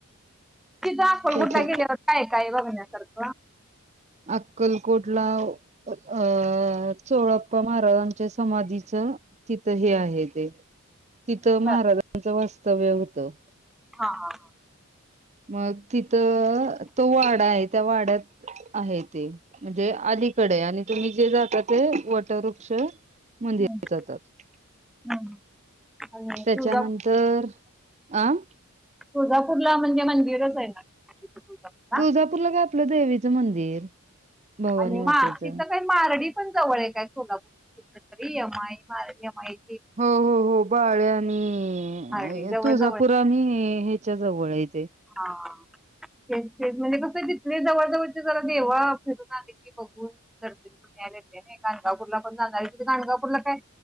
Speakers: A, in the centre; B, on the right.
A: तिथ अक्कलकोटला
B: त्याच्या
A: गेल्यावर काय काय बघण्यासारखं?
B: अक्कलकोटला अ चोळाप्पा महाराजांच्या समाधीचा तिथं हे आहे ते तिथं
A: बरं
B: महाराजांचं वास्तव्य होतं.
A: हा हा हा.
B: मग तिथं तो वाडा आहे त्या वाड्यात आहे ते. म्हणजे अलीकडे आणि तुम्ही जे जाता ते वटवृक्ष मंदिर
A: हम्म,
B: जातात
A: हम्म. आणि
B: त्याच्यानंतर
A: तुळजापूर
B: आं
A: तुळजापूरला म्हणजे मंदिरच आहे ना. तिथं तुळजापूरला
B: तुळजापूरला काय आपलं देवीचं मंदिर. भवानी
A: आणि
B: मातेचं
A: मा तिथं काही मारडी पण जवळ आहे काय सोलापूर कुठतरी? <inaudible>
B: हो हो हो बाळ्या आणि
A: मारडी जवळ
B: तुळजापूर
A: जवळ
B: आणि च्या जवळ आहेत.
A: हा. ते म्हणजे कसं जिथे जवळ जवळचे जरा देव फिरून आले की बघून दर्शन घेऊन यायला येतंय ना. गाणगापूला पण जाणार आहे. तिथं गाणगापूरला काय?